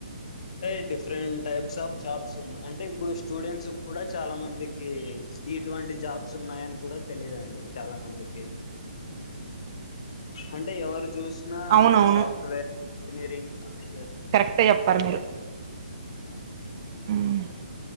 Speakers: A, on the left; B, on the right.
A: టయ్ డిఫరెంట్ టైప్స్ ఆఫ్ జాబ్స్ ఉన్నా అంటే ఇప్పుడు స్టూడెంట్స్ కూడా చాలా మందికి ఇటువంటి జాబ్స్ ఉన్నాయని కూడా తెలిదండి చాలా మందికి అంటే ఎవరు చూసినా
B: అవునవును
A: అంతా సాఫ్ట్వేర్ ఇంజనీరింగ్ కాలేజెస్
B: క్టే చెప్పారు మీరు
A: అ
B: ఉమ్,